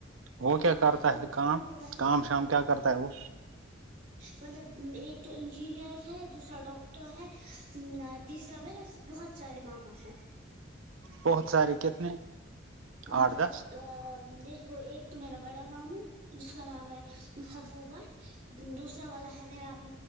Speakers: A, on the right; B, on the right.
A: وہ کیا
B: جہاں
A: کرتا
B: پے روڑ
A: ہے کام
B: اینڈ ہوتا ہے
A: کام
B: تو
A: شام کیا کرتا ہے وہ
B: مطلب ایک تو انجینئر ہے دوسرا ڈاکٹ تو ہے تیسرا میں بہت سارے ماما ہیں
A: بہت سارے کتنے
B: مطلب
A: آٹھ دس
B: دیکھو ایک تو میرا بڑا ماموں جس کا نام ہے محبوبہ دوسرا والا ہے میرا